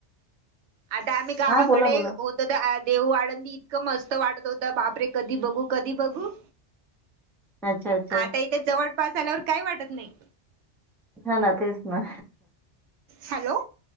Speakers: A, on the right; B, in the centre.
A: आता आम्ही गावाकडे
B: हां बोला, बोला.
A: हो देऊ वाडंदी इतकं मस्त वाटत होतं बापरे कधी बघू कधी बघू
B: अच्छा, अच्छा.
A: आता इथे जवळ पाऊस झाल्यावर काही वाटत नाही.
B: हा ना तेच ना.
A: हॅलो